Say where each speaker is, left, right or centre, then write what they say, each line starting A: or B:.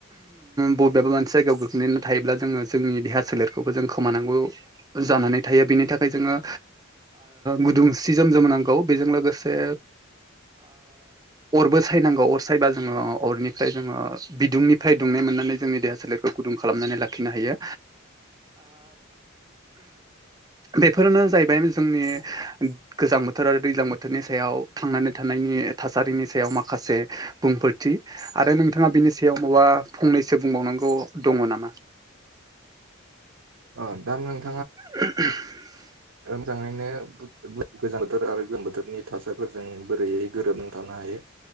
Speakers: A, on the right; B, on the right.
A: बबेबा मोनसे जायगायाव गोग्लैनानै थायोब्ला जोङो जोंनि देहा सोलेरखौबो जों खोमानांगौ जानानै थायो बिनि थाखाय जोङो गुदुं सि जोम जोम नांगौ बेजों लोगोसे अरबो सायनांगौ अर सायबा जोङो अरनिफ्राय जोङो बिदुंनिफ्राय दुंनाय मोनो नानै जोंनि देहा सोलेरखौ गुदुं खालामनानै लाखिनो हायो बेफोरनो जाहैबाय जोंनि गोजां बोथोर आरो दैज्लां बोथोरनि सायाव थांनानै थानायनि थासारिनि सायाव माखासे बुंफोरथि आरो नोंथाङा बिनि सायाव माबा फंनैसो बुंबावनांगौ दङ नामा
B: ओ दा नोंथां
A: <inaudible>
B: मोजाङैनो गोजां बोथोर आरो गोलोम बोथोरनि थासारिफोरजों बोरैयै गोरोबनानै थानो हायो हायो